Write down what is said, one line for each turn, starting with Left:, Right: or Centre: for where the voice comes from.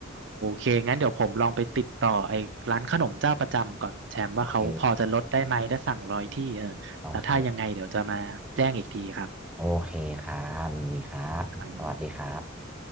Right: โอเคงั้นเดี๋ยวผมลองไปติดต่อไอ้ร้านขนมเจ้าประจำก่อนคุณแชมป์ว่าเขาพอจะลดได้ไหมถ้าสั่งร้อยที่เออแล้วถ้ายังไงเดี๋ยวจะมาแจ้งอีกทีครับ
Centre: โอเคโอเคโอเคครับยินดีครับสวัสดีครับ
Right: ครับ